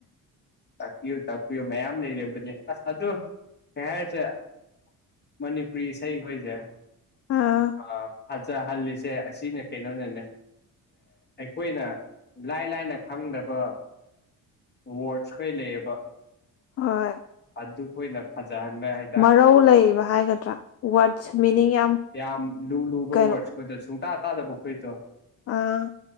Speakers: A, on the left (about 30°); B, on the left (about 45°).
A: ꯇꯥꯛꯄꯤꯌꯨ ꯇꯥꯛꯄꯤꯌꯨ ꯃꯌꯥꯝ ꯂꯩꯔꯤꯕꯅꯦ ꯑꯁ ꯑꯗꯨꯗ ꯀꯩ ꯍꯥꯏꯔꯤꯁꯦ ꯃꯅꯤꯄꯨꯔꯤ ꯏꯁꯩꯈꯣꯏꯁꯦ
B: ꯑꯥ
A: ꯑ ꯐꯠꯖꯍꯜꯂꯤꯁꯦ ꯑꯁꯤꯅꯦ ꯀꯩꯅꯣꯅꯦꯅꯦ ꯑꯩꯈꯣꯏꯅ ꯂꯥꯏ ꯂꯥꯏꯅ ꯈꯪꯗꯕ ꯋꯥꯣꯁ ꯀꯩ ꯂꯩꯦꯕ
B: ꯍꯣꯏ
A: ꯑꯗꯨꯈꯣꯏꯅ ꯐꯖꯍꯟꯕ ꯍꯥꯏ
B: ꯃꯔꯧ
A: ꯔꯦ
B: ꯂꯩꯕ ꯍꯥꯏꯒꯗ꯭ꯔꯥ ꯋꯥꯔꯗꯁ ꯃꯤꯅꯤꯡ
A: ꯌꯥꯝ ꯂꯨ ꯂꯨꯕ
B: ꯀꯩꯅꯣ
A: ꯋꯥꯔ ꯑꯩꯗꯣ ꯁꯨꯡꯇꯥ ꯇꯇꯥꯗꯕꯄꯩꯗꯣ
B: ꯑꯥ